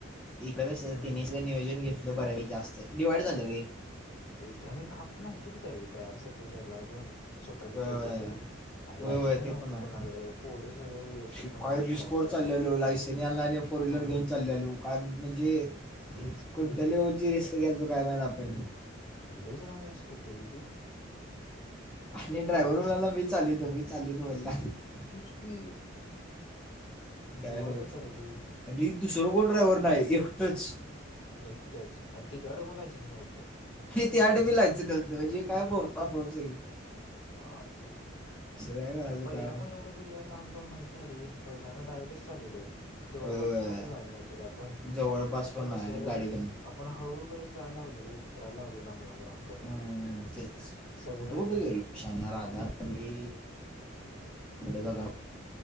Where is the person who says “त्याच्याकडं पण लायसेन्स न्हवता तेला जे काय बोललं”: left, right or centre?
Centre